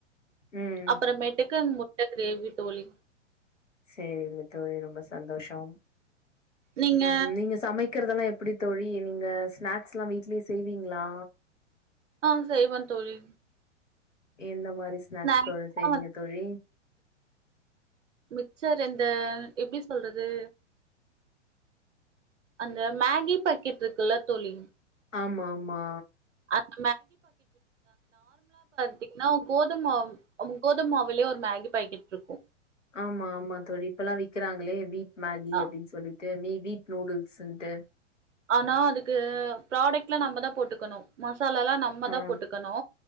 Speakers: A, on the left; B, on the right.
A: ம்
B: அப்புறமேட்டுக்கு மு ட்ட க்ரேவி தோழி
A: சேரிங்க தோழி ரொம்ப சந்தோஷம்
B: நீங்க
A: ம் நீங்க சமைக்கரதல்லா எப்புடி தோழி நீங்க ஸ்நாக்ஸ்லா வீட்லே செய்வீங்களா
B: ஆ செய்வ தோழி
A: எந்த மாரி ஸ்நாக்ஸ்கள்
B: ஸ்நாக்ஸ்னா
A: செய்வீங்க தோழி
B: மிச்சர் இந்த எப்டி சொல்றது அந்த மேகி பக்கெட் இருக்குல்லா தோழி
A: ஆமாமா
B: அந்த த்தீங்கனா கோதும கோதும மாவுலே ஒரு மேகி பாக்கெட் இருக்கு
A: ஆமா ஆமா தோழி இப்பல்லா விக்கிறாங்களே வீ மேகி
B: ஆ
A: அப்டின் சொல்லி ட்டு நீ வீட் நூடுல்ஸ்ன்ட்டு
B: ஆனா அதுக்கு ப்ராடக்ட்லா நம்பதா போட்டுக்குனு த்தாலெல்லா நம்பதா
A: ஆ
B: போட்டுக்கனு